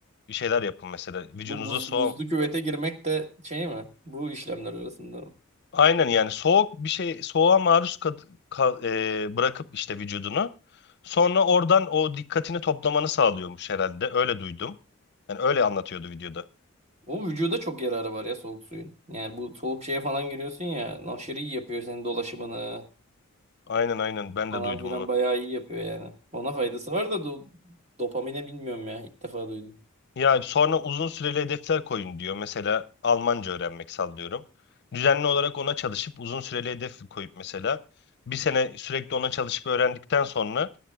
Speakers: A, on the left; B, on the right.
A: bir şeyler yapın mesela. Vücudunuza
B: Bu buz,
A: soğuk.
B: buzlu küvete girmek de şey mi? Bu işlemler arasında
A: Aynen yani soğuk bir şey soğuğa maruz kad- ka- e, bırakıp işte vücudunu. Sonra oradan o dikkatini toplamanı sağlıyormuş herhalde. Öyle duydum. Yani öyle anlatıyordu videoda.
B: O vücuda çok yararı var ya soğuk suyun. Yani bu soğuk şeye falan giriyorsun ya. Aşırı iyi yapıyor senin dolaşımını
A: Aynen aynen ben
B: falan
A: de duydum
B: filan
A: onu.
B: bayağı iyi yapıyor yani. Ona faydası var da do- dopamine bilmiyorum ya. ilk defa duydum.
A: Ya sonra uzun süreli hedefler koyun diyor. Mesela Almanca öğrenmek sallıyorum. Düzenli olarak ona çalışıp uzun süreli hedef koyup mesela bir sene sürekli ona çalışıp öğrendikten sonra